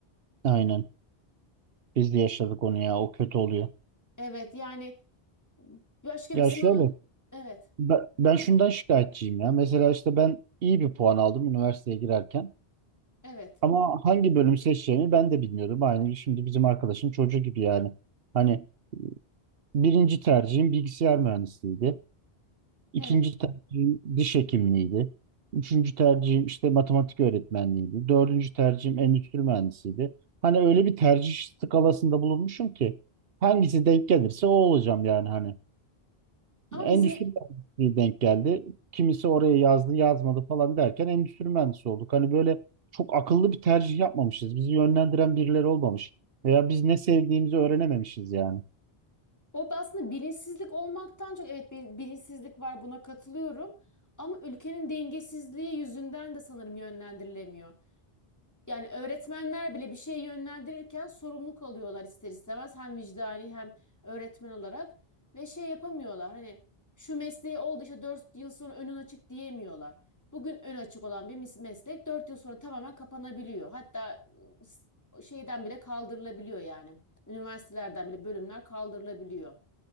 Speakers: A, on the right (about 70°); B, on the left (about 15°).
A: Aynen. Biz de yaşadık onu ya. O kötü oluyor.
B: Evet yani başka
A: Ya
B: bir sınava
A: şöyle
B: evet
A: Ben, ben şundan şikayetçiyim ya. Mesela işte ben iyi bir puan aldım üniversiteye girerken.
B: evet
A: Ama hangi bölüm seçeceğimi ben de bilmiyordum. Aynı şimdi bizim arkadaşın çocuğu gibi yani. Hani birinci tercihim bilgisayar mühendisliğiydi. İkinci
B: evet
A: tercihim diş hekimliğiydi. Üçüncü tercihim işte matematik öğretmenliğiydi. Dördüncü tercihim endüstri mühendisliğiydi. Hani öyle bir tercih skalasında bulunmuşum ki hangisi denk gelirse o olacağım yani hani.
B: ama
A: Endüstri
B: bizim
A: mühendisliği denk geldi. Kimisi oraya yazdı, yazmadı falan derken endüstri mühendisi olduk. Hani böyle çok akıllı bir tercih yapmamışız. Bizi yönlendiren birileri olmamış. Veya biz ne sevdiğimizi öğrenememişiz yani.
B: o aslında bilinçsizlik olmaktan çok evet bil- bilinçsizlik var buna katılıyorum ama ülkenin dengesizliği yüzünden de sanırım yönlendirilemiyor. Yani öğretmenler bile bir şey yönlendirirken sorumluluk alıyorlar ister istemez. Hem vicdani hem öğretmen olarak. Ve şey yapamıyorlar hani şu mesleği oldu işte 4 yıl sonra önün açık diyemiyorlar. Bugün ön açık olan bir mis- meslek 4 yıl sonra tamamen kapanabiliyor. Hatta ıı, s- şeyden bile kaldırılabiliyor yani. Üniversitelerden bile bölümler kaldırılabiliyor.